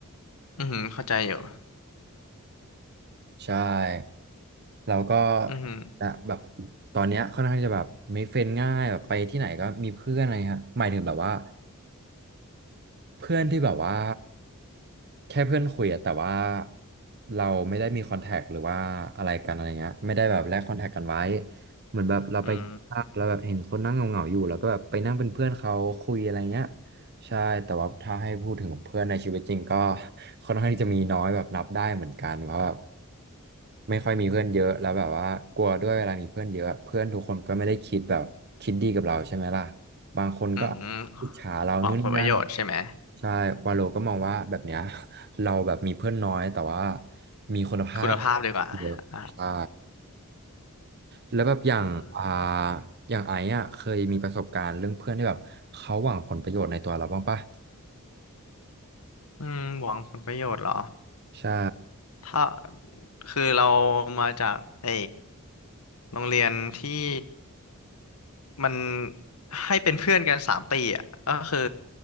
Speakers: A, on the left; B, on the right.
A: อือหือเข้าใจอยู่
B: ใช่เราก็
A: อือหือ
B: นะแบบตอนเนี้ยค่อนข้างที่จะแบบ make friend ง่ายแบบไปที่ไหนก็มีเพื่อนอะไรครับหมายถึงแบบว่า เพื่อนที่แบบว่าแค่เพื่อนคุยอะแต่ว่าเราไม่ได้มีคอนแทคหรือว่าอะไรกันอะไรเงี้ยไม่ได้แบบแลกคอนแทคกันไว้เหมือนแบบเราไปกินข้าวแล้วแบบเห็นคนนั่งเหงาๆอยู่แล้วก็แบบไปนั่งเป็นเพื่อนเขาคุยอะไรเงี้ย
A: อืม
B: ใช่แต่ว่าถ้าให้พูดถึงเพื่อนในชีวิตจริงก็ค่อนข้างที่จะมีน้อยแบบนับได้เหมือนกันเพราะแบบไม่ค่อยมีเพื่อนเยอะแล้วแบบว่ากลัวด้วยเวลามีเพื่อนเยอะเพื่อนทุกคนก็ไม่ได้คิดแบบคิดดีกับเราใช่ไหมล่ะ บางคนก็
A: อืม
B: อิจฉาเรานู่นนี่นั่น
A: หวังผลประโยชน์ใช่ไหม
B: ใช่วาโลก็มองว่าแบบเนี้ย <laughs> เราแบบมีเพื่อนน้อยแต่ว่ามีคุณภาพ
A: คุณภาพดีกว่าอ่า
B: เยอะใช่ แล้วแบบอย่างอ่า
A: อืม
B: อย่างไอ้อะเคยมีประสบการณ์เรื่องเพื่อนที่แบบเขาหวังผลประโยชน์ในตัวเราบ้างปะ
A: อืมหวังผลประโยชน์เหรอ
B: ใช่
A: ถ้าคือเรามาจากไอโรงเรียนที่มันให้เป็นเพื่อนกันสามปีอ่ะก็คือ